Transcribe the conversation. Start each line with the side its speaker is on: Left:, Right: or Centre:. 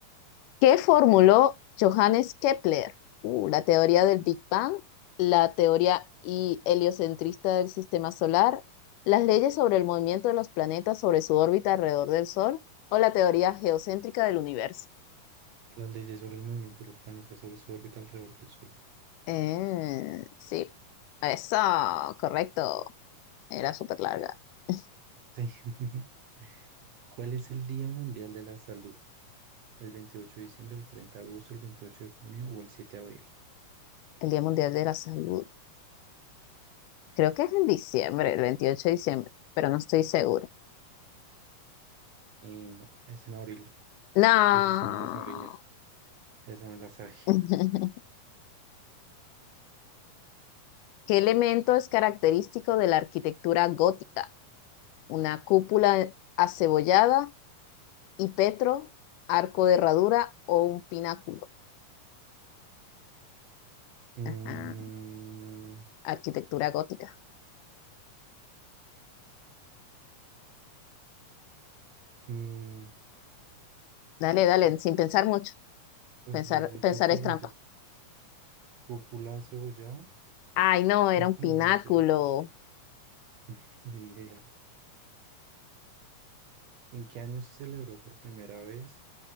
Left: ¿Qué formuló Johannes Kepler? Uh, la teoría del Big Bang, la teoría hi- heliocentrista del sistema solar, las leyes sobre el movimiento de los planetas sobre su órbita alrededor del Sol o la teoría geocéntrica del universo.
Right: Las leyes sobre el movimiento de los planetas sobre su órbita alrededor del Sol.
Left: Eh, sí, eso, correcto. Era súper larga. <laughs>
Right: Sí. <laughs> ¿Cuál es el Día Mundial de la Salud? ¿El 28 de diciembre, el 30 de agosto, el 28 de junio o el 7 de abril?
Left: El Día Mundial de la Salud. Creo que es en diciembre, el 28 de diciembre, pero no estoy segura.
Right: Y no, es en abril.
Left: No.
Right: Esa sí me la sabía. Esa me la sabía.
Left: <laughs> ¿Qué elemento es característico de la arquitectura gótica? ¿Una cúpula acebollada y petro, arco de herradura o un pináculo?
Right: Mm,
Left: Ajá, arquitectura gótica.
Right: mm,
Left: Dale, dale, sin pensar mucho.
Right: pues,
Left: Pensar,
Right: yo yo
Left: pensar
Right: creo que
Left: es
Right: de pronto
Left: trampa.
Right: es cúpula cebollada.
Left: Ay, no,
Right: <laughs>
Left: era
Right: No,
Left: un pináculo.
Right: no, no sé. <laughs> Ni idea. ¿En qué año se celebró por primera vez